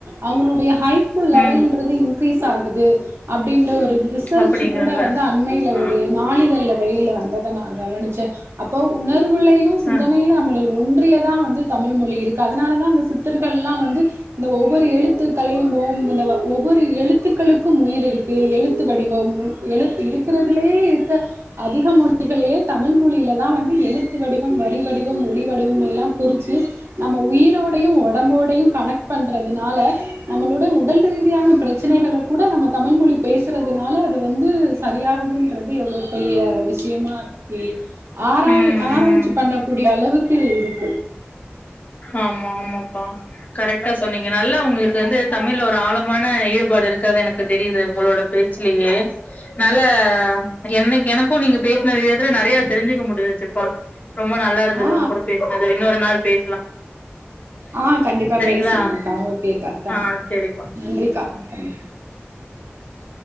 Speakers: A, on the right (about 75°); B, on the left (about 35°).
A: அவங்களுடைய ஹை ஸ்கூல் லெவல்ன்றது
B: ம்
A: இன்கிரீஸ் ஆகுது அப்படின்ற ஒரு ரிசர்ச்
B: அப்டிங்கறாங்க
A: கூட வந்து அண்மையில
B: ஆ
A: ஒரு நாளிதழ் வெளில வந்த நா கவனிச்சே அப்போ உணர்வுளையு சிந்தனையில
B: ஆ
A: நம்ம ஒன்னு ட்றிய தா வந்து தமிழ்மொழி இருக்கு அதனால தா அந்த சித்தர்கள்ல்லா வந்து இந்த ஒவ்வொரு எழுத்து கலையும் போ இந்த ஒவ்வொரு எழுத்துக்களுக்கும் உயிர் இருக்கு எழுத்து வடிவம் எழுத் இருக்கிறதுலயே த்து அதிகம் உள் மொழிகளிலே தமிழ்மொழியில தா வந்து எழுத்து வடிவம் வரி வடிவம் ஒளி வடிவம் எல்லாமா பிரிச்சு நம் ம உயிரோடையு ஒடம்போடையு கனெக்ட் பண்றதுனால நம்மளோட உடல் ரீதியான பிரச்சனைகள் கூட நம்ம தமிழ்மொழி பேசுறதுனால அது வந்து சரியாகதுன்றது எவ்ளோ பெரிய வி ஷ்யமா <unintelligible> ஆராய
B: ம்
A: ஆராய்ச்சி
B: ம்
A: பண்ணக்கூடிய அளவுக்கு இருக்கு
B: ஆமா ஆமாப்பா கரெக்டா சொன்னீங்க நல்லா உங்களுக்கு வந்து தமிழ்ல ஒரு ஆழமான ஈடு பாடு இருக்கறது எனக்கு தெரியிது உங்களோட பேச்சுலியே நல்ல என்னை எனக்கு நீங்க பேசின விததுல நெறையா தெரிஞ்சிக்க முடுஞ்சுச்சுப்பா ரொம்ப நல்லா இருந்தது
A: ஆ
B: உங்க கூட பேசனது இன்னோர் நாள் பே
A: ஆ கண்டிப்பா
B: சரிங்களா
A: பேசலாங்க்கா ஓகேக்கா தேங்
B: ஆ சரிப்பா
A: நன்றிக்கா நன்றி <inaudible>